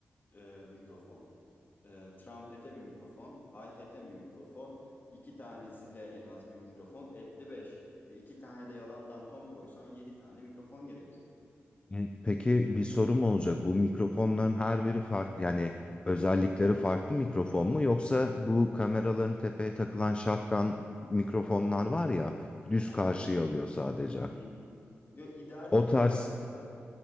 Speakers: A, on the left (about 40°); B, on the left (about 20°).
A: e, mikrofon. E, trumpete bir mikrofon. Hi-hat'e bir mikrofon. iki tane zile en az bir mikrofon. Etti beş. E, iki tane de yalandan tom koysan yedi tane mikrofon gerekiyor.
B: Hı, Peki bir sorum olacak. Bu mikrofonların her biri farklı yani özellikleri farklı mikrofon mu yoksa bu kameraların tepeye takılan shotgun mikrofonlar var ya düz
A: Aynen.
B: karşıya alıyor sadece.
A: Hı hı. Yo, ideal
B: O
A: olarak
B: tarz
A: baktığında